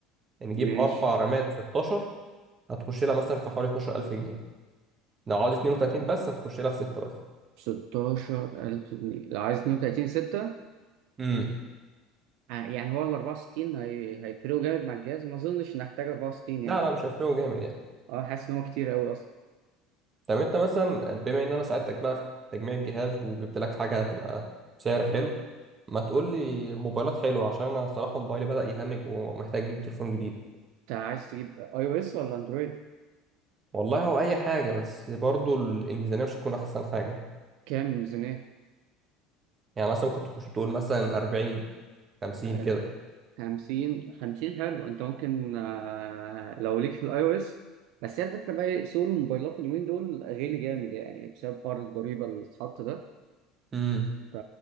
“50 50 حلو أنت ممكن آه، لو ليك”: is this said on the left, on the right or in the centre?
Right